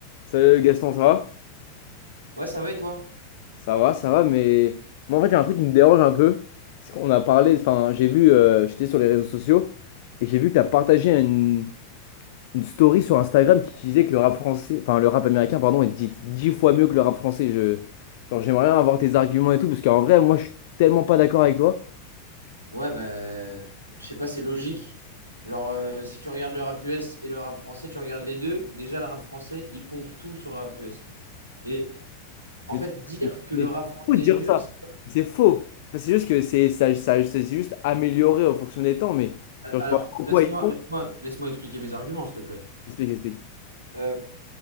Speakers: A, on the left; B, on the right.
A: Salut Gaston, ça va?
B: Ouais, ça va et toi?
A: Ça va, ça va, mais moi en fait, il y a un truc qui me dérange un peu. C'est qu'on a parlé, enfin, j'ai vu, euh, j'étais sur les réseaux sociaux et j'ai vu que tu as partagé une, une story sur Instagram qui disait que le rap français, enfin, le rap américain, pardon, est dix dix fois mieux que le rap français. Je, genre, j'aimerais bien avoir tes arguments et tout, parce qu'en vrai, moi,
B: Ouais.
A: je suis tellement pas d'accord avec toi.
B: Ouais, bah, je sais pas, c'est logique. Genre, euh, si tu regardes le rap US et le rap français, tu regardes les deux. Déjà, le rap français, il pompe tout sur le rap US. Et en
A: Mais,
B: fait, dire que
A: mais
B: le rap
A: c'est
B: français
A: faux de dire
B: est mieux,
A: ça.
B: c'est-
A: C'est faux. Enfin, c'est juste que c'est ça, ça- c'est juste amélioré en fonction des temps, mais genre,
B: alors,
A: je vois pas pourquoi
B: laisse-moi,
A: ils font.
B: laisse-moi, laisse-moi expliquer mes arguments, s'il te plaît.
A: Explique, explique.
B: Euh,